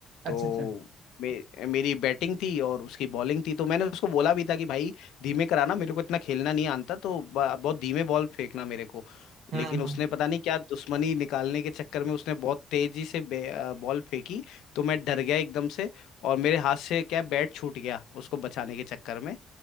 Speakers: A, on the right; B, on the left.
A: अच्छा
B: तो
A: अच्छा
B: मे, मेरी बैटिंग थी और उसकी बॉलिंग थी तो मैंने उसको बोला भी था कि भाई धीमे कराना मेरे को इतना खेलना नहीं आता तो ब- बहुत धीमे बॉल फेंकना मेरे को
A: हाँ
B: लेकिन
A: हाँ हाँ।
B: उसने पता नहीं क्या दुश्मनी निकालने के चक्कर में उसने बहुत तेजी से बे- अ, बॉल फेंकी तो मैं डर गया एकदम से और मेरे हाथ से क्या बैट छूट गया उसको बचाने के चक्कर में